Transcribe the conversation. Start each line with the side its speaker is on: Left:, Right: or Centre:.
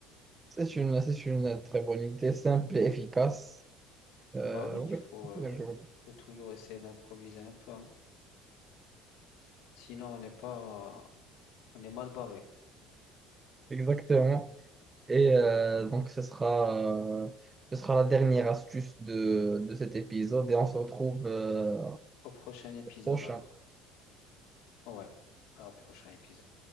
Right: C'est une, c'est une très bonne idée, simple et efficace. Euh,
Left: Bah oui,
Right: oui,
Left: il faut, euh,
Right: bien joué.
Left: il faut toujours essayer d'improviser un peu, hein. Sinon, on n'est pas On est mal barré.
Right: Exactement. Et euh, donc, ce sera, euh, ce sera la dernière astuce de, de cet épisode et on se retrouve euh,
Left: Au prochain épisode
Right: prochain.
Left: alors. Ouais, au prochain épisode.